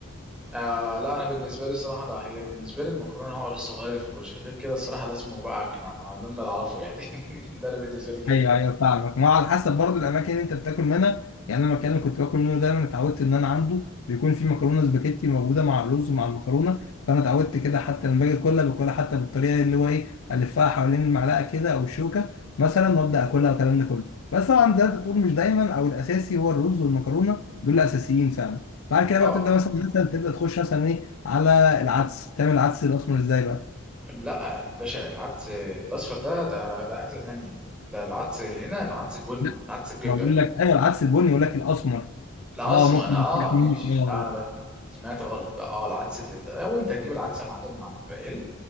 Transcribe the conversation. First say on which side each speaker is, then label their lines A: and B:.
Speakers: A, in the centre; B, on the left.
A: آه لا انا بالنسبه لي الصراحه لا هي بالنسبه لي المكرونه عقله الصغيره في الكشري غير كده الصراحه ده اسمه بقى عكمه ما ده اللي اعرفه يعني <laughs> ده انا بالنسبه لي كده
B: ايوه ايوه فاهمك ما هو على حسب برضو الاماكن اللي انت بتاكل منها يعني انا المكان اللي كنت باكل منه دايما اتعودت ان انا عنده بيكون في مكرونه سباكيتي موجوده مع الرز ومع المكرونه فانا اتعودت كده حتى لما باجي اكلها باكلها حتى بالطريقه اللي هو ايه الفها حوالين المعلقه كده او الشوكه مثلا وابدا اكلها والكلام ده كله بس طبعا زي ما انت بتقول مش دايما او الاساسي هو الرز والمكرونه دول الاساسيين فعلا بعد كده
A: اه
B: بقى بتبدا مثلا مثلا تبدا تخش مثلا ايه على العدس تعمل العدس الاسمر ازاي بقى؟
A: لا يا باشا العدس الاصفر ده ده ده اكله تانية ده العدس هنا العدس البني
B: لا
A: العدس بجبه
B: ما بقول لك ايوه العدس البني يقول لك الاسمر
A: الاسمر
B: اه ممكن
A: اه
B: ما تاكلوش.
A: ماشي
B: اه
A: لا انا بقى سمعت غلط بقى اه العدس اللي... هو انت هتجيب العدس يا معلم من عند البقال